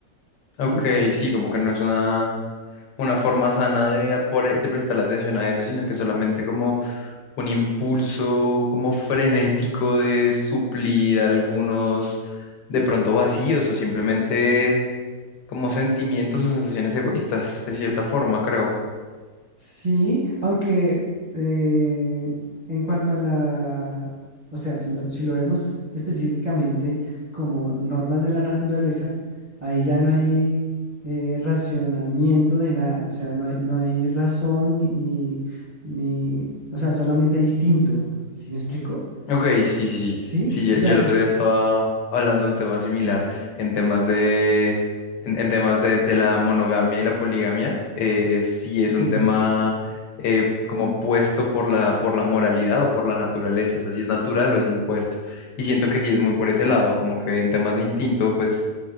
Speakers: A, on the right (about 40°); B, on the left (about 80°).
A: ¿sí?
B: Ok, sí, como que no es una... una forma sana de, apore- de prestarle atención a eso, sino que solamente como un impulso como frenético de suplir algunos de pronto vacíos o simplemente como sentimientos o sensaciones egoístas, de cierta forma, creo.
A: Sí, aunque eh, en cuanto a la, o sea, si, no- si lo vemos específicamente como normas de la naturaleza, ahí ya no hay eh, racionamiento de nada, o sea, no hay, no hay razón ni, ni, ni- o sea, solamente hay instinto, ¿sí me explico?
B: Ok, sí, sí, sí.
A: Sí,
B: Sí, yo,
A: o
B: yo
A: sea,
B: el
A: cu-
B: otro día estaba hablando de un tema similar en temas de, en, en temas de, de la monogamia y la poligamia. eh, sí es
A: sí,
B: un tema eh, como puesto por la, por la moralidad o por la naturaleza, o sea, si es natural o es impuesto. Y siento que sí es muy por ese lado, como que en temas de instinto, pues,